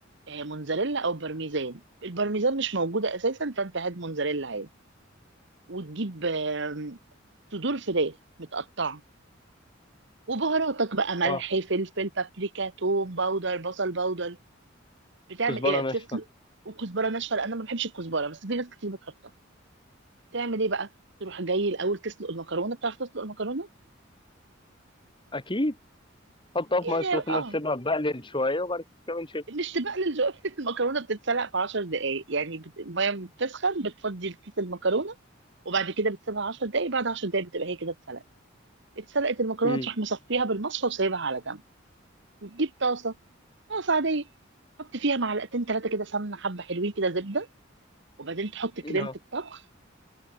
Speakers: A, on the right; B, on the left.
A: آه، موتزاريلا او بارميزان البارميزان مش موجوده اساسا فانت هات موتزاريلا عادي وتجيب آم، صدور فراخ متقطعه وبهاراتك بقى ملح
B: اه
A: فلفل بابريكا توم باودر بصل باودر بتعمل
B: كزبرة
A: ايه بقى
B: ناشفة
A: بتسلق وكزبره ناشفه لان انا ما بحبش الكزبره بس في ناس كتير بتحطها تعمل ايه بقى تروح جاي الاول تسلق المكرونه بتعرف تسلق المكرونه
B: أكيد حطها
A: يعني
B: في مية سخنة
A: اه
B: تسيبها تبقلل شوية وبعد كده نشيلها
A: مش تبقلل جو- <laughs> المكرونه بتتسلق في 10 دقائق يعني بت- الميه بتسخن بتفضي الكيس المكرونه وبعد كده بتسيبها 10 دقايق بعد 10 دقايق بتبقى هي كده اتسلقت اتسلقت المكرونه
B: أمم،
A: تروح مصفيها بالمصفى وسايبها على جنب وتجيب طاسه طاسه عاديه تحط فيها معلقتين ثلاثه كده سمنه حبه حلوين كده زبده وبعدين تحط كريمه
B: نعم
A: الطبخ